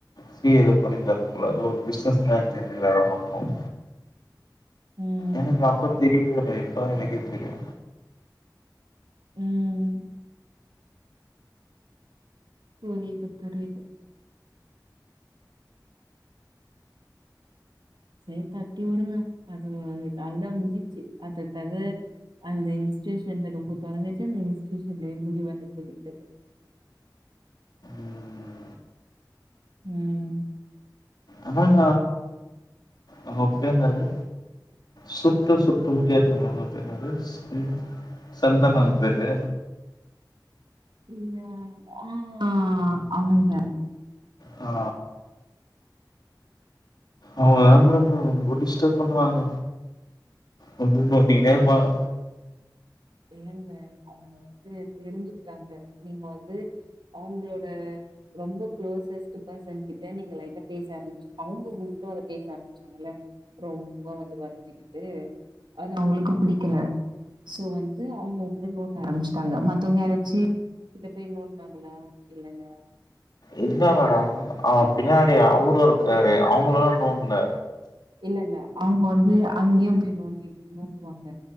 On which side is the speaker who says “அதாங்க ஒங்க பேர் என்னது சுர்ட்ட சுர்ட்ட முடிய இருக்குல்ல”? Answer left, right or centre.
Left